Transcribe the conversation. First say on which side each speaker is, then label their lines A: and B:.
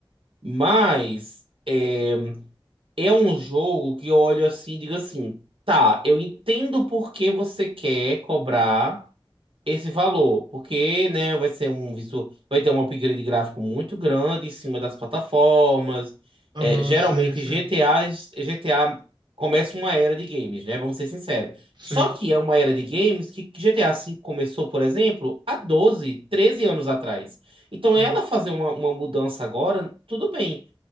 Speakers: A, on the right; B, on the right.
A: mas é, é um jogo que eu olho assim e digo assim, tá, eu entendo por que você quer cobrar esse valor, porque, né, vai ser um visu, vai ter um upgrade gráfico muito grande em cima das plataformas.
B: Aham,
A: É, geralmente
B: sim, sim.
A: GTAs, GTA começa uma era de games, né? Vamos ser sinceros.
B: Sim,
A: Só que é uma era de games que GTA V começou, por exemplo, há 12 13 anos atrás. Então,
B: sim.
A: ela fazer uma, uma mudança agora, tudo bem.